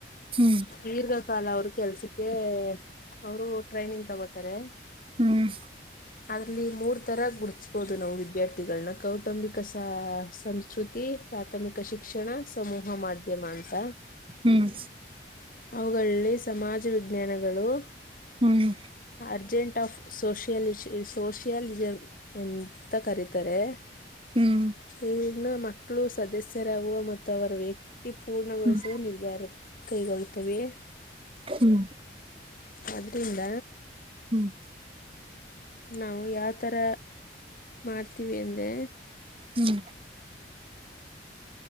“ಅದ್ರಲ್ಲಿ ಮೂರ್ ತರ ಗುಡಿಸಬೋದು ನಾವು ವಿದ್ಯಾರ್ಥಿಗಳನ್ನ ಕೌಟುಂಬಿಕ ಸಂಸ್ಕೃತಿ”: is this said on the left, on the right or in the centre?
Left